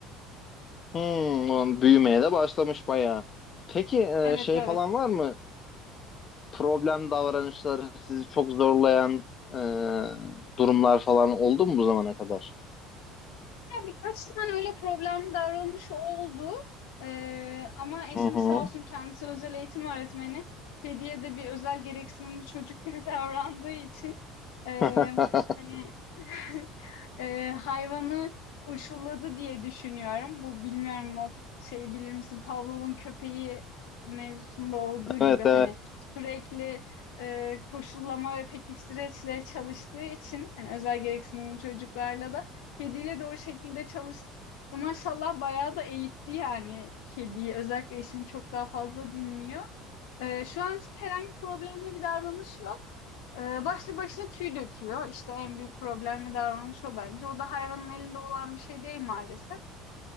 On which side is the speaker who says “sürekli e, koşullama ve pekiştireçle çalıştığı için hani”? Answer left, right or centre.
Left